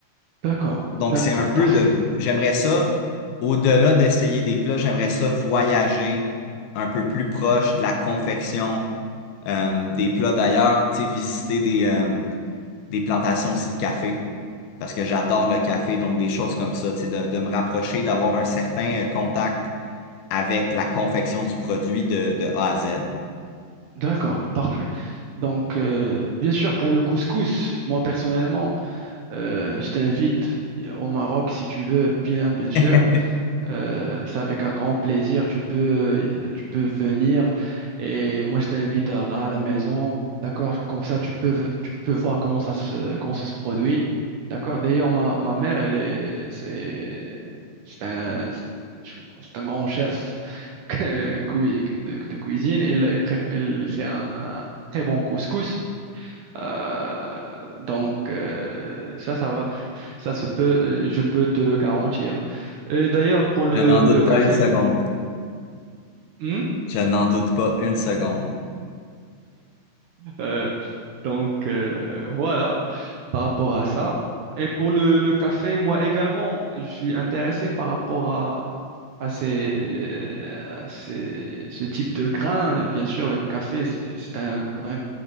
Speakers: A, on the right (about 70°); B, on the left (about 75°).
A: d'accord,
B: Donc,
A: d'accord,
B: c'est un peu
A: parfait,
B: de... J'aimerais ça, au-delà d'essayer des plats, j'aimerais ça voyager un peu plus proche de la confection euh, des plats d'ailleurs, tu sais, visiter des, euh, des plantations aussi de café. Parce que j'adore le café, donc des choses comme ça, tu sais, de, de me rapprocher, d'avoir un certain euh, contact avec la confection du produit de, de A à Z.
A: d'accord, parfait. Donc, euh, bien sûr, pour le couscous, moi personnellement, euh, je t'invite au Maroc si tu veux, bien, bien sûr.
B: <laughs>
A: Euh, c'est avec un grand plaisir. Tu peux, euh, tu peux venir et moi je t'invite à, à la maison. D'accord? Comme ça, tu peux, tu peux voir comment ça se, comment ça se produit. D'accord? D'ailleurs, ma, ma mère, elle est, c'est, c'est un, c'est un grand chef <laughs> cui- de, de cuisine. Elle, elle pré- elle fait un, un très bon couscous. Euh, donc euh, ça, ça va, ça se peut, euh, je peux te le garantir. Et d'ailleurs pour le,
B: Je n'en
A: le
B: doute
A: café,
B: pas une seconde.
A: Hmm
B: Je n'en doute pas une seconde.
A: Euh, donc euh, voilà par rapport à ça. Et pour le, le café, moi également, je suis intéressé par rapport à à ces, à ces- ce type de grain. Bien sûr, le café, c'est c'est un grain